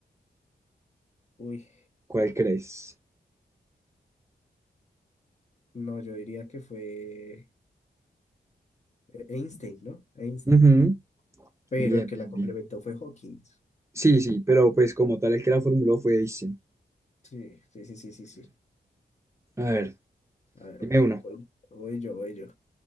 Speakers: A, on the left; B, on the right.
A: Uy,
B: ¿Cuál crees?
A: no, yo diría que fue eh, Einstein, ¿no? Einstein.
B: Ujú,
A: Pero
B: Bien,
A: el que
B: bien,
A: la complementó
B: bien.
A: fue Hawking.
B: Sí, sí, pero pues como tal el que la formuló fue Einstein.
A: Sí, sí, sí, sí, sí, sí.
B: A ver,
A: A ver,
B: dime una.
A: voy, voy yo, voy yo.